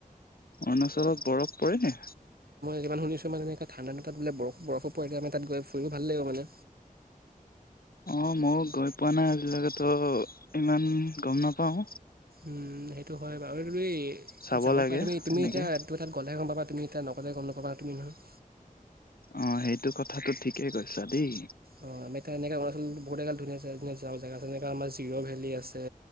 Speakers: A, on the left; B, on the right.
A: অৰুণাচলত বৰফ পৰে নি?
B: যিমান শুনিছোঁ মানে এনেকা ঠাণ্ডা দিনত বোলে বৰ-বৰফো পৰে। আমি তাত গৈ ফুৰিব ভালে লাগিব মানে!
A: অ, মই গৈ পোৱা নাই আজিলৈ ত' ইমান গম নাপাওঁ।
B: উম, সেইটো হয় বাৰু আৰু তুমি
A: চাব
B: যাব
A: লাগে
B: পাৰা। তুমি-তুমি
A: এনেকে
B: এতিয়া ইটো কথাত গ লেহে গম পাবা, তুমি এতিয়া নগ'লে গম নাপাবা তুমি নহয়।
A: অ', সেইটো কথাটো ঠিকেই কৈছা দেই।
B: অ, আমি তাত এনেকা অৰুণাচল বহুত জেগাত ধুনীয়া জেগ-ধুনীয়া যাব জেগা আছে। জেনেকুৱা আমাৰ জিৰ' ভেলী আছে।